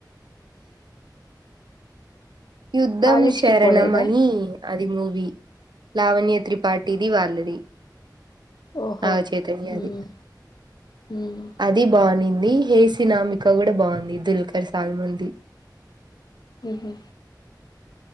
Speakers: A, on the right; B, on the left.
A: యుద్ధం
B: కాలేజ్కి
A: శరణమని
B: పోలేదా
A: అది మూవీ లావణ్య త్రిపాటిది వాళ్ళది
B: ఓహో
A: నాగచైతన్యది
B: మ్మ్ మ్మ్
A: అది బావునింద్ హే సినామిక గూడా బావుంది దుల్కర్ సాల్మాంది
B: ఉహు